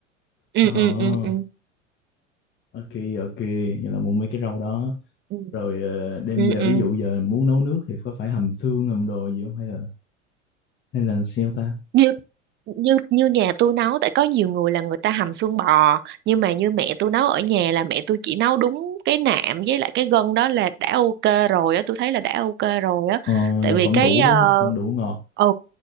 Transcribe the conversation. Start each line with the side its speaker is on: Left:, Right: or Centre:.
Right: Ừ
Left: Ờ,
Right: ừ ừ ừ.
Left: ok, ok. Vậy là mua mấy cái rau đó.
Right: Ừ
Left: Rồi ờ, đem về,
Right: ừ.
Left: ví dụ giờ muốn nấu nước thì có phải hầm xương, hầm đồ gì không? Hay là hay là sao ta?
Right: ừ. như như nhà tôi nấu tại có nhiều người là người ta hầm xương bò nhưng mà như mẹ tôi nấu ở nhà là mẹ tôi chỉ nấu đúng cái nạm với lại cái gân đó là đã ok rồi á tôi thấy là đã ok rồi á
Left: Ờ,
Right: tại
Left: là
Right: vì
Left: vẫn
Right: cái
Left: đủ
Right: ờ,
Left: đúng không? Vẫn đủ ngọt.
Right: ừ